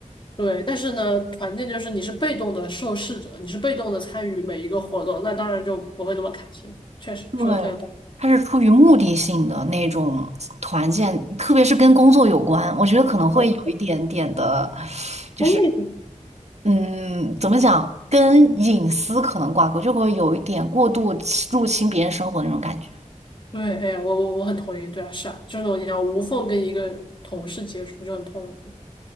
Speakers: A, on the left; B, on the right.
A: 对。但是呢，团建就是你是被动的受试者，你是被动的参与每一个活动，那当然就不会那么开心。确实，
B: 对，
A: 说的很有道理。
B: 它是出于目的性的那种团建，特别是跟工作有关，我觉得可能会有一点点的，
A: 对，
B: 就是
A: 功利
B: 嗯，怎么讲，跟隐私可能挂钩，就会有一点过度侵入侵别人生活的那种感觉。
A: 对，哎，我我我很同意，对啊，是啊，就这种你要无缝跟一个同事接触就很痛苦。